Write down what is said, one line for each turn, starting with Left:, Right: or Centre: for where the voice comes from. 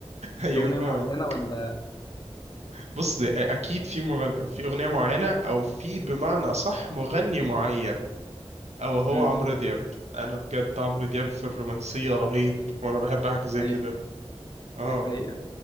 Left: في
Right: ايوه
Left: أغنية
Right: فاهمة
Left: معينة ولا
Right: بص اكيد في مغن... في اغنية معينة او في بمعنى صح مغني معين او هو
Left: امم
Right: عمرو دياب انا بجد عمرو دياب في الرومانسية رهيب وانا بحب حاجة زي
Left: اي
Right: كده
Left: دي
Right: اه
Left: حقيقة